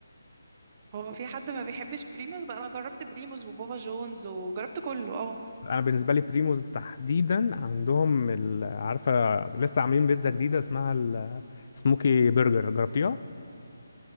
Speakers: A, on the right; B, on the left.
A: هو في حد ما بيحبش بريموز بقى انا جربت بريموز وبابا جونز وجربت كله اه
B: انا بالنسبه لي بريموز تحديدا عندهم ال- عارفه لسه عاملين بيتزا جديده اسمها السموكي برجر جربتيها